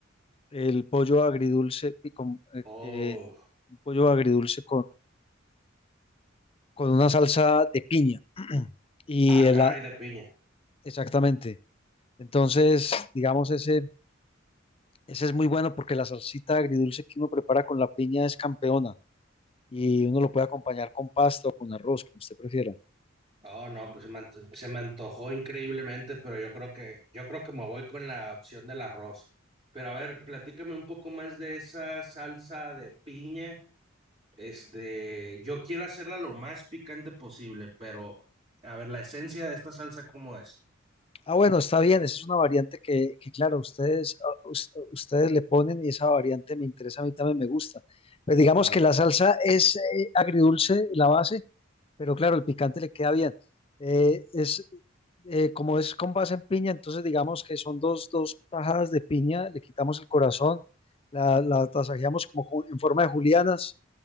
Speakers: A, on the left; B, on the right.
A: el pollo agridulce, y con, eh,
B: Oh,
A: eh, un pollo agridulce con una salsa de piña. Y
B: ah,
A: el
B: caray,
A: a-
B: de piña.
A: exactamente. Entonces, digamos, ese, ese es muy bueno porque la salsita agridulce que uno prepara con la piña es campeona y uno lo puede acompañar con pasta o con arroz, como usted prefiera.
B: Oh, no, pues se me, anto- se me antojó increíblemente, pero yo creo que, yo creo que me voy con la opción del arroz. Pero a ver, platícame un poco más de esa salsa de piña. Este, yo quiero hacerla lo más picante posible, pero a ver, la esencia de esta salsa, ¿cómo es?
A: Ah, bueno, está bien, esa es una variante que, que, claro, ustedes, ah, us- ustedes le ponen y esa variante me interesa, a mí también me gusta. Pues digamos
B: Claro,
A: que la salsa es eh, agridulce, la base, Pero claro, el picante le queda bien. Eh, es, eh, como es con base en piña, entonces digamos que son dos, dos tajadas de piña, le quitamos el corazón, la, la tasajeamos como con- en forma de julianas